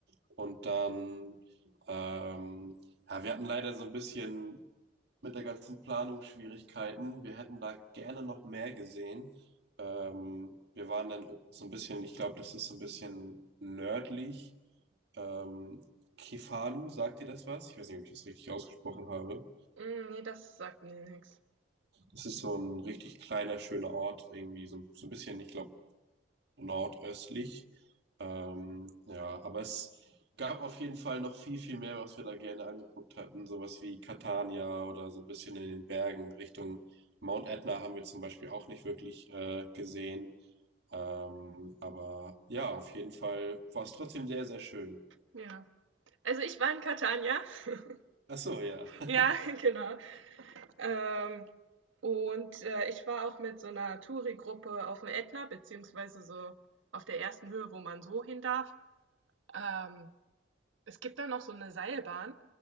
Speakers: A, on the right; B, on the right.
A: Und dann, ähm, ja, wir hatten leider so ein bisschen mit der ganzen Planung Schwierigkeiten. Wir hätten da gerne noch mehr gesehen. Ähm, wir waren dann so ein bisschen, ich glaube, das ist so ein bisschen nördlich. Ähm, Kefalu, sagt dir das was? Ich weiß nicht, ob ich das richtig ausgesprochen habe.
B: Mm, nee, das sagt mir nichts.
A: Es ist so ein richtig kleiner, schöner Ort, irgendwie so, so ein bisschen, ich glaube, nordöstlich. Ähm, ja, aber es gab auf jeden Fall noch viel, viel mehr, was wir da gerne angeguckt hatten. Sowas wie Catania oder so ein bisschen in den Bergen Richtung Mount Etna haben wir zum Beispiel auch nicht wirklich äh, gesehen. Ähm, aber ja, auf jeden Fall war es trotzdem sehr, sehr schön.
B: Ja. Also ich war in Catania. <laughs>
A: Ach so, ja. <laughs>
B: Ja, <laughs> genau. Ähm, und äh, ich war auch mit so einer Touri-Gruppe auf dem Ätna, beziehungsweise so auf der ersten Höhe, wo man so hin darf. Ähm, es gibt da noch so eine Seilbahn,